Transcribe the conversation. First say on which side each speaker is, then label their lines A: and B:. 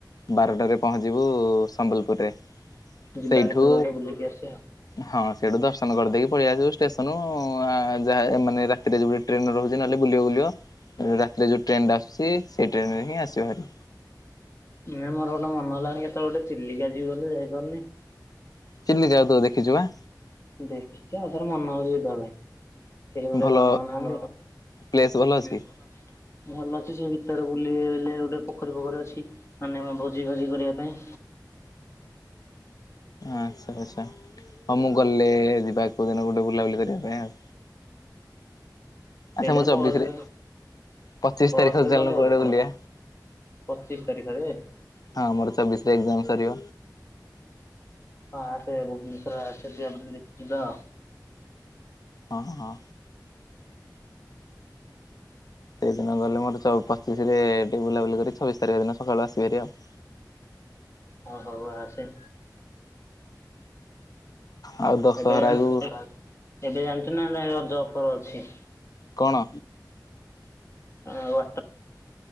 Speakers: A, on the left; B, on the left.
A: ବାରଟାରେ ପହଞ୍ଚିବୁ ସମ୍ବଲପୁରରେ
B: ଯିବା
A: ସେଇଠୁ
B: କେତେବେଳେ ଗୋଟେ ବୁଲିକି ଆସିବା ଆଉ।
A: ହଁ ସେଠୁ ଦର୍ଶନ କରିଦେଇକି ପଳେଇଆ ଆସିବୁ ଷ୍ଟେସନ ଆ ଯାହା ମାନେ ରା ତିରେଉ ଗୋଟେ ଟ୍ରେନ ରହୁଚି ନହେଲେ ବୁଲିବା ବୁଲିବ ରାତିରେ ଯଉ ଟ୍ରେନଟା ଆସୁଚି ସେଇ ଟ୍ରେନ ରେ ହିଁ ଆସିବହାରି।
B: ନଁ ମୋର ଗୋଟେ ମନ ହେଲାଣି କେତେବେଳେ ଗୋଟେ ଚିଲିକା ଯିବି ବୋଲି ଯାଇପାରୁନି
A: ଚିଲିକା ଏବେ ଦେଖିଚୁ ପା
B: ଦେଖିଚି ଆଉ ଥର ମନ ହୋଉଚି ଯିବା ପାଇଁ କେହି ଗୋଟେ
A: ଭଲ
B: କଣ ଯାଉନାହାନ୍ତି
A: ପ୍ଲେସ୍ ଭଲ ଅଛି
B: ଭଲ ଅଛି ସେ ଭିତରେ ବୁଲିଲେ ଗୋଟେ ପୋଖରୀ ଫୋଖରୀ ଅଛି ମାନେ ଭୋଜି ଫୋଜି କରିବା ପାଇଁ
A: ଆଚ୍ଛା ଆଚ୍ଛା ହୋଉ ମୁଁ ଗଲେ ଯିବା କୋଉ ଦିନ ଗୋଟେ ବୁଲାବୁଲି କରିବା ପାଇଁ ଆଉ। ଆଚ୍ଛା
B: ସେଇଟା
A: ମୁଁ ଚବିଶରେ
B: ବସ୍‌ରେ
A: ପଚିଶ
B: ବସ୍‌ରେ
A: ତାରିଖ ଚାଲୁନୁ
B: ହବ।
A: କୁଆଡେ ବୁଲିବା
B: ପଚିଶ ତାରିଖରେ ହଁ
A: ହଁ ମୋର ଚବିଶରେ ଏକ୍ଜାମ ସରିବ
B: ଆସେ ଭୁବନେଶ୍ଵର ଆସ ଯିବା ବୁଲି ଯିବା ଆଉ
A: ହଁ ହଁ। ସେଇଦିନ ଗଲେ ମୋର ପଚିଶ ରେ ଟେ ବୁଲାବୁଲି କରି ଛବିଶ ତାରିଖ ଦିନ ସକାଳୁ ଆସିବିହାରି ଆଉ।
B: ହୋଉ ସାଙ୍ଗ ଆସେ
A: ଆଉ ଦଶହରାକୁ
B: ଏବେ ଜାଣି-ଜାଣିଚୁନା ନା ନାଇଁ ଜବ୍ ଫବ୍ ଅଛି
A: କଣ
B: ହଁ ବା